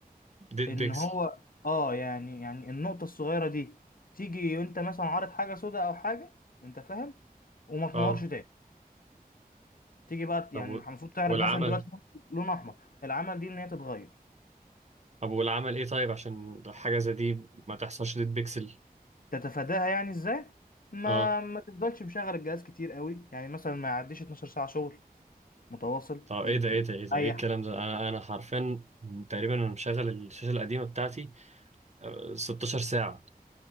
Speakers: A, on the right; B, on the left.
A: ديد
B: ان
A: بيكسل
B: هو اه يعني يعني النقطه الصغيره دي تيجي وانت مثلا عارض حاجه سوداء او حاجه انت فاهم وما تنورش
A: اه
B: تاني تيجي بقى
A: طب
B: يعني
A: و-
B: المفروض تعرض
A: والعمل
B: مثلا دلوقتي لون احمر العمل دي ان هي تتغير
A: طب والعمل ايه طيب عشان حاجه زي دي ما تحصلش ديد بيكسل
B: تتفاداها يعني ازاي ما
A: اه
B: ما تفضلش مشغل الجهاز كتير قوي يعني مثلا ما يعديش 12 ساعه شغل متواصل
A: طب
B: لازم
A: ايه ده ايه ده ايه ده
B: تريح
A: ايه الكلام ده انا انا حرفيا تقريبا انا مشغل الشاشه القديمه بتاعتي آه، 16 ساعه